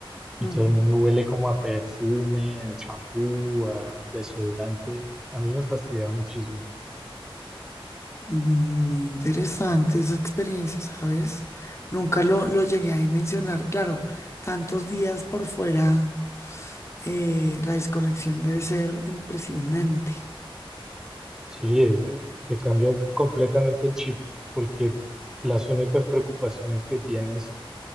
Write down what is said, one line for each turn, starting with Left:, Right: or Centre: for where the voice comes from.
Centre: y
Left: Mm.
Centre: todo el mundo huele como a perfume, a champú, a desodorante, a mí me fastidia muchísimo.
Left: Muy interesante esa experiencia, ¿sabes? Nunca lo, lo llegué a dimensionar, claro, tantos días por fuera, eh, la desconexión debe ser impresionante.
Centre: Sí, es- eh, te cambia completamente el chip, porque las únicas preocupaciones que tienes